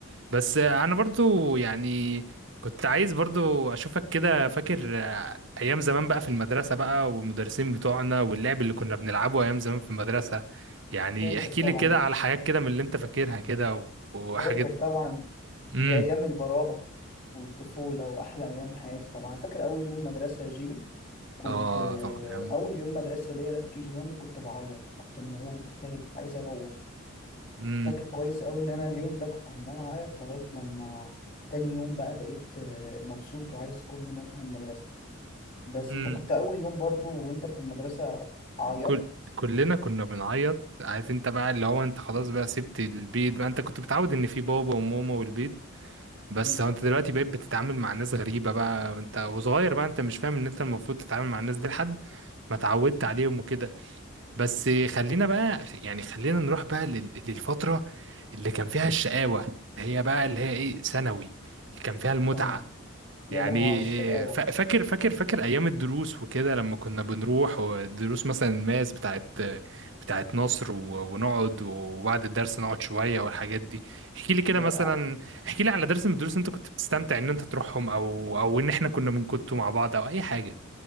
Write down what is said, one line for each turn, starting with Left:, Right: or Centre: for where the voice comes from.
Right: بس انا برضو يعني كنت عايز برضو اشوفك كده فاكر آه، ايام زمان بقى في المدرسة بقى والمدرسين بتوعنا واللعب اللي كنا بنلعبه ايام زمان في المدرسة يعني
Left: فاكر
Right: احكي
Left: طبعا
Right: لي كده على حاجات كده من اللي انت فاكرها كده و- وحاجات
Left: فاكر طبعا
Right: امم
Left: دي ايام البراءة والطفولة واحلى ايام حياتي طبعا فاكر اول يوم مدرسة يا جيمي كنت
Right: اه
Left: آه،
Right: طبعا يعني
Left: اول يوم مدرسة ليا ده في كي جي 1 كنت بعيط كنت مرعوب وخايف وعايز اروح
Right: امم
Left: فاكر كويس أوي إن أنا اليوم ده كنت عمال أعيط لغاية لما تاني يوم بقى بقيت آه، مبسوط وعايز كل يوم أروح المدرسة بس
Right: امم
Left: أنت كنت أول يوم برضو وأنت في المدرسة عيطت
Right: كل كلنا كنا بنعيط عارف انت بقى اللي هو انت خلاص بقى سبت البيت بقى انت كنت متعود ان في بابا وماما والبيت بس
Left: مم.
Right: هو انت دلوقتي بقيت بتتعامل مع ناس غريبة بقى انت وصغير بقى انت مش فاهم ان انت المفروض تتعامل مع الناس دي لحد ما اتعودت عليهم وكده بس خلينا بقى يعني خلينا نروح بقى لل- للفترة اللي كان فيها الشقاوة هي بقى اللي هي ايه ثانوي اللي كان فيها المتعة
Left: ثانوي يا
Right: يعني
Left: لهوي على الشقاوة
Right: فا- فاكر فاكر فاكر ايام الدروس وكده لما كنا بنروح والدروس مثلا الماس بتاعت بتاعت نصر و- ونقعد وبعد الدرس نقعد شويه والحاجات دي احكي لي كده
Left: يا
Right: مثلا احكي لي على درس من الدروس انت كنت بتستمتع ان انت تروحهم او او ان احنا كنا بنكتوا مع بعض او اي حاجه